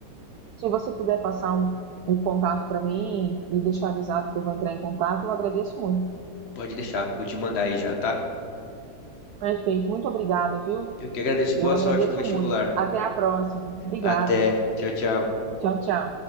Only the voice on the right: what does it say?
se você puder passar um, um contato para mim e deixar avisado que eu vou entrar em contato, eu agradeço muito.
Perfeito, muito obrigada, viu?
Eu
agradeço
muito. Até a próxima. Obrigada.
Tchau, tchau.